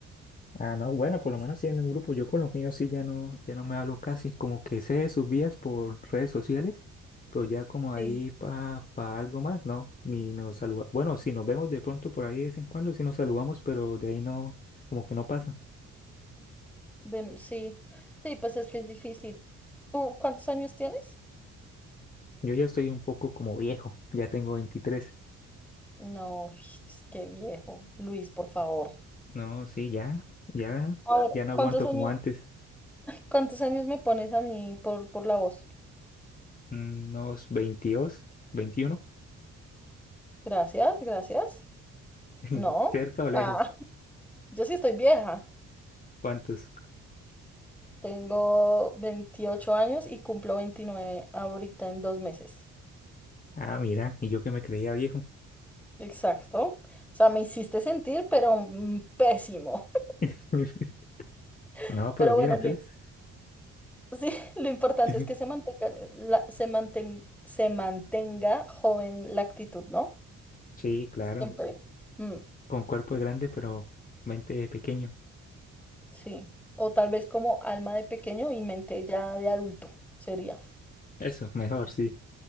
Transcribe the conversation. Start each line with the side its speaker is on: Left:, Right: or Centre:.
Left: Ah, no, bueno, por lo menos sí en un grupo. Yo con los míos sí ya no, ya no me hablo casi, como que sé de sus vías por redes sociales, pero ya como ahí
Centre: Sí,
Left: para algo más, no, ni nos saluda. Bueno, si nos vemos de pronto por ahí de vez en cuando, sí nos saludamos, pero de ahí no, como que no pasa.
Centre: de- sí, sí, pues es que es difícil. ¿Tú cuántos años tienes?
Left: Yo ya estoy un poco como viejo, <laughs> ya tengo veintitrés
Centre: No, es qué viejo. Luis, por favor.
Left: No, sí, ya, ya,
Centre: A ver,
Left: ya no
Centre: ¿cuántos
Left: aguanto
Centre: años,
Left: como antes,
Centre: cuántos años me pones a mí por, por la voz?
Left: mm, unos veintidós veintiuno
Centre: Gracias, gracias.
Left: <laughs>
Centre: No,
Left: cerca o lejos,
Centre: ah, <laughs> yo sí estoy vieja.
Left: ¿cuántos?
Centre: Tengo 28 años y cumplo 29 ahorita en dos meses.
Left: Ah, mira, y yo que me creía viejo.
Centre: Exacto. O sea, me hiciste sentir, pero mm, pésimo.
Left: <laughs>
Centre: <laughs>
Left: No, pero
Centre: Pero
Left: bien,
Centre: bueno,
Left: entonces.
Centre: lo, sí, <laughs> lo importante
Left: <laughs>
Centre: es que se mantenga, eh, la- se manten- se mantenga joven la actitud, ¿no?
Left: Sí, claro.
Centre: Siempre. Mm,
Left: Con cuerpo grande, pero mente pequeño.
Centre: sí. O tal vez como alma de pequeño y mente ya de adulto, sería.
Left: Eso, mejor, sí.